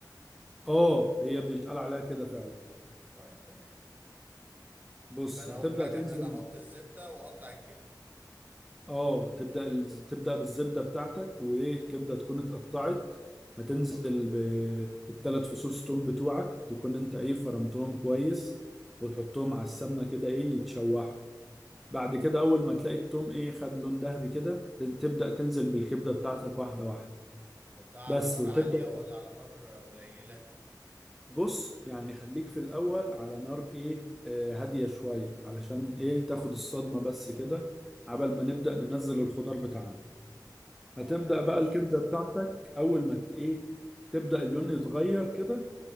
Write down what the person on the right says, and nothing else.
طيب تمام
يبقى انا
اول حاجة
ان انا احط الزبدة واقطع الكبد
طب ده على
نار
عالية ولا على نار آه، قليلة؟
طيب
ماشي